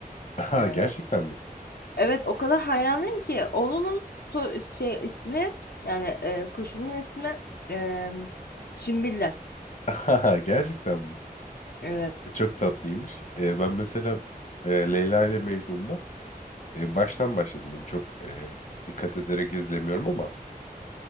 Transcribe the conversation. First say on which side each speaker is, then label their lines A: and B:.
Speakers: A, on the left (about 50°); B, on the left (about 80°).
A: <laughs> Aha,
B: Yani
A: gerçekten mi?
B: evet o kadar hayranıyım ki oğlumun so- şey ismi yani e, kuşumun ismi e, Şimbille.
A: <laughs> Aha, gerçekten mi?
B: Evet.
A: E, Çok tatlıymış. E, ben mesela e, Leyla ile Mecnun'da e, baştan başladım. Yani çok e, dikkat ederek izlemiyorum ama